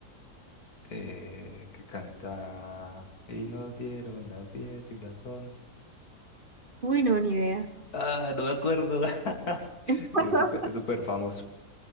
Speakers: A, on the left; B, on the right.
A: eh, que canta... Y nos dieron las 10 y las 11.
B: Uy, no, ni idea.
A: Ah, no me acuerdo. <laughs>
B: <laughs>
A: Es súper, es súper famoso.